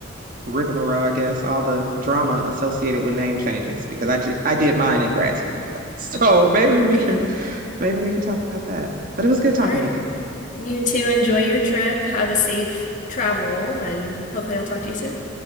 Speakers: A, on the right; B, on the left.
A: rigmarole, I guess, all the drama associated with name changes because I, j I did mine in grad school. <laughs> So maybe
B: Okay.
A: we could maybe we could talk about that. But it was good talking
B: All right.
A: with you.
B: You too enjoy your trip. Have a safe travel, and hopefully I'll talk to you soon.